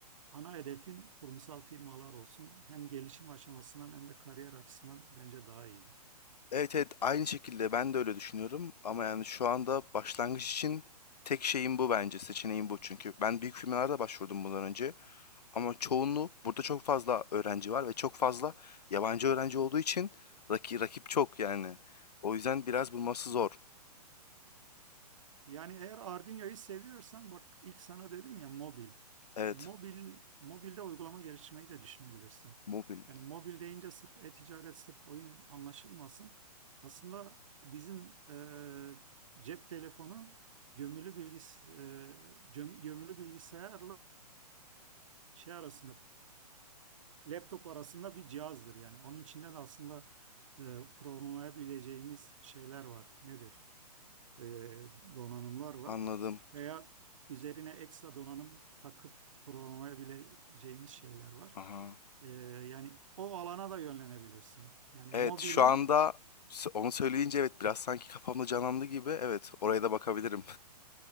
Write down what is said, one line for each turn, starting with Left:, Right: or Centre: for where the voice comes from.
Right: Ana hedefin kurumsal firmalar olsun. Hem gelişim aşamasından hem de kariyer açısından bence daha iyidir.
Left: Evet evet aynı şekilde ben de öyle düşünüyorum ama yani şu anda başlangıç için tek şeyim bu bence seçeneğim bu çünkü ben büyük firmalarda başvurdum bundan önce ama çoğunluğu burada çok fazla öğrenci var ve çok fazla yabancı öğrenci olduğu için rakip, rakip çok yani o yüzden biraz bulması zor.
Right: Yani eğer Arduino'yu seviyorsan bak ilk sana dedim ya mobil.
Left: Evet
Right: Mobil mobilde uygulama geliştirmeyi de düşünebilirsin.
Left: mobil
Right: Yani mobil deyince sırf e-ticaret, sırf oyun anlaşılmasın. Aslında bizim e, cep telefonu gömülü bilgis e, göm- gömülü bilgisayarla şey arasında e, laptop arasında bir cihazdır yani. Onun içinden aslında e, programlayabileceğimiz şeyler var. Nedir? e, donanımlar var.
Left: anladım.
Right: Veya üzerine ekstra donanım takıp programlayabileceğimiz şeyler var.
Left: Aha.
Right: E, yani o alana da yönlenebilirsin. Yani
Left: Evet
Right: mobilin
Left: şu anda s- onu söyleyince evet biraz sanki kafamda canlandı gibi evet oraya da bakabilirim.